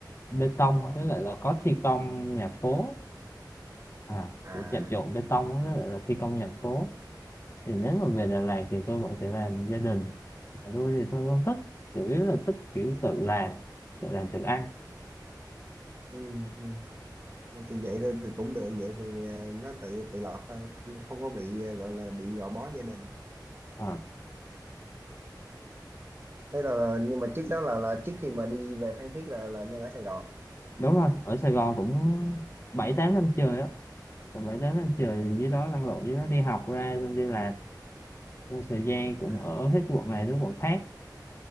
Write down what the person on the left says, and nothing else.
bê tông với lại là có thi công nhà phố à
cũng chạm trộn bê tông á, với lại là thi công nhà phố thì nếu mà về Đà Lạt thì tôi vẫn sẽ làm gia đình Còn tôi thì tôi không thích chủ yếu là thích kiểu tự làm tự làm tự ăn
Ờ,
đúng rồi ở Sài Gòn cũng bảy tám năm trời á còn bảy tám năm trời dưới đó lăn lộn dưới đó đi học ra xong đi làm trong thời gian cũng
ở hết quận này đến quận khác